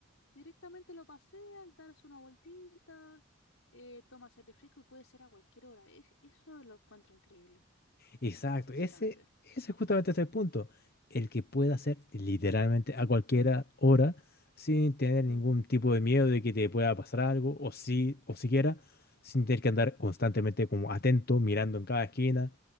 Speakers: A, on the left; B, on the left.
A: directamente lo paseas, das una vueltita, eh, tomas aire fresco y puede ser a cualquier hora. Es, eso lo encuentro increíble,
B: Exacto,
A: sinceramente.
B: ese, ese justamente es el punto. El que pueda hacer literalmente a cualquier hora sin tener
A: Ujú.
B: ningún tipo de miedo de que te pueda pasar algo o sí o siquiera sin tener que andar constantemente como atento, mirando en cada esquina,